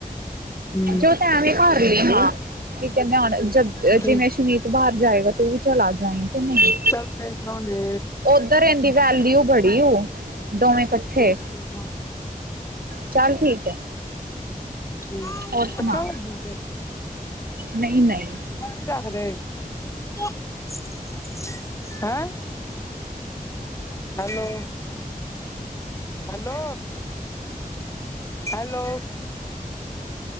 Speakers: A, on the left; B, on the right.
A: ਹੂੰ
B: ਜੋ ਐਵੇਂ ਹੀ ਭਰ ਲਈ ਹਾਂ ਕੀ ਕਹਿੰਦੇ ਹੁਣ ਜਦ
A: ਠੀਕ
B: ਜਿਵੇਂ ਸ਼ਬੀਲ। ਬਾਹਰ ਜਾਏਗਾ ਤੇ ਤੂੰ ਵੀ ਚਲਾ ਜਾਏ ਕਿ ਨਹੀਂ
A: ਚਲ ਪਵਾਂਗੇ।
B: ਉੱਧਰ ਇਹਂਦੀ ਵੈਲਿਊ ਬੜੀ ਉਹ ਦੋਵੇਂ ਇਕੱਠੇ
A: ਠੀਕ ਹੀ ਕੱਟਣਾ
B: ਚੱਲ ਠੀਕ ਹੈ।
A: ਠੀਕ
B: ਹੋਰ ਸੁਣਾ
A: ਕੱਟਣ ਲੱਗੀ ਆ ਫਿਰ
B: ਨਹੀਂ, ਨਹੀਂ।
A: ਨੀ ਰੱਖਦੇ <unintelligible> ਹੈਂ hello. Hello hello